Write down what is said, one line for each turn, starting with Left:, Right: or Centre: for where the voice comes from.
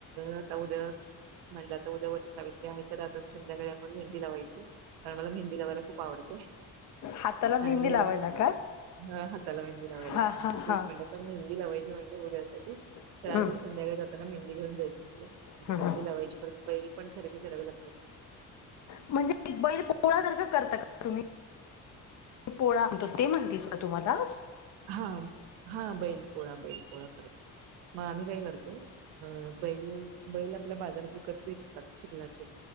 Right: आता उद्या. म्हणज आता उद्यावट सावित्रि आहे तर आता संध्याकाळी आपण मेंहदी लावायची कारण मला मेंहदी लावायला खूप आवडते
Left: हाताला मेहंदी
Right: आणि
Left: लावायला का
Right: ह हाताला मेहंदी लावायला
Left: हा हा हा
Right: म्हण मेंहदी लावायची म्हण उद्यासाठी
Left: हम्म
Right: तर आज संध्याकाळी जाताना मेंहदी घेन जायची. आणि
Left: हम्म
Right: मेहंदी
Left: हम्म
Right: लावायची पर बैल पण खरेदी करावे लागत.
Left: म्हणजे बैल पोहळ सारखं करता का तुम्ही. पोळा म्हणतो ते म्हणतीस का तुम्हाला.
Right: हा हा बैल पोळा बैल पोळा करत. मग आम्ही काय करतो अ बैल बैल आपल्या बाजारात विकत भेटतात चिकलाचे